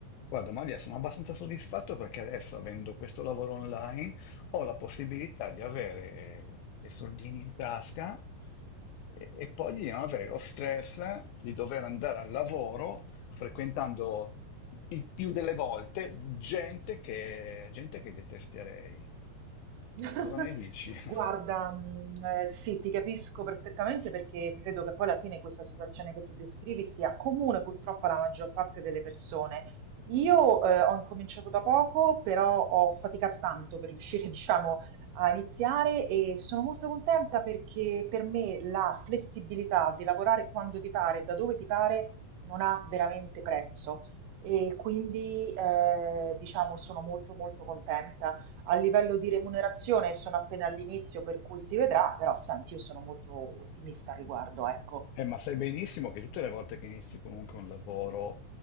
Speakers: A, on the left (about 75°); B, on the right (about 70°).
A: Guarda Maria, sono abbastanza soddisfatto perché adesso, avendo questo lavoro online, ho la possibilità di avere dei soldini in tasca e, e poi di non avere lo stress di dover andare al lavoro frequentando il più delle volte gente che, gente che detesterei.
B: <laughs>
A: Cosa ne dici? <laughs>
B: Guarda, mh, eh, sì, ti capisco perfettamente perché credo che poi alla fine questa situazione che tu descrivi sia comune purtroppo alla maggior parte delle persone. Io eh, ho incominciato da poco, però ho faticato tanto per riuscire, <laughs> diciamo, a iniziare e sono molto contenta perché per me la flessibilità di lavorare quando ti pare, da dove ti pare, non ha veramente prezzo. E quindi, eh, diciamo, sono molto molto contenta a livello di remunerazione sono appena all'inizio, per cui si vedrà, però senti, io sono molto ottimista al riguardo, ecco.
A: Eh, ma sai benissimo che tutte le volte che inizi comunque un lavoro,